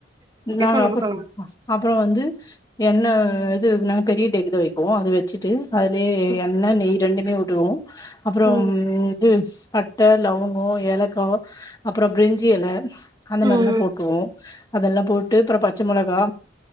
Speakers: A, on the left (about 20°); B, on the right (about 20°).
A: இந்தாங்க
B: சொல்லுங்க சொல்லுங்க
A: அப்பறோ வந்து எண்ணெ இது நாங்க பெரிய தேக்குதா வெப்போ அத வெச்சுட்டு அதுலே
B: ம்
A: எண்ணெ நெய் ரெண்டுமே விடுவோ அப்றம்
B: ம்
A: இது பட்ட லவங்கோ ஏலக்கா அப்பறம் பிரிஞ்சி எல அந்த மாரிலா
B: ம்
A: போட்ருவோ அதுல்லா போட்டு அப்றம் பச்ச மொளகா